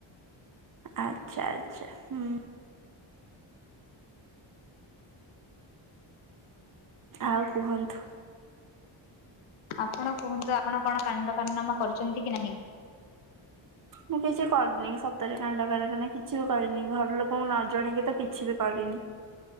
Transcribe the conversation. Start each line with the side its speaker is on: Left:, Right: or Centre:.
Right: ଆଚ୍ଛା ଆଚ୍ଛା ହୁଁ। ଆଉ କୁହନ୍ତୁ।
Left: ଆପଣ କୁହନ୍ତୁ ଆପଣ କଣ କାଣ୍ଡ କରନାମା କରିଚନ୍ତି କି ନାହିଁ।
Right: ମୁଁ କିଛି କରିନି ସତରେ କାଣ୍ଡ କାରଖାନା କିଛି ବି କରିନି ଘର ଲୋକଙ୍କୁ ନ ଜଣେଇକି ତ କିଛି ବି କରିନି।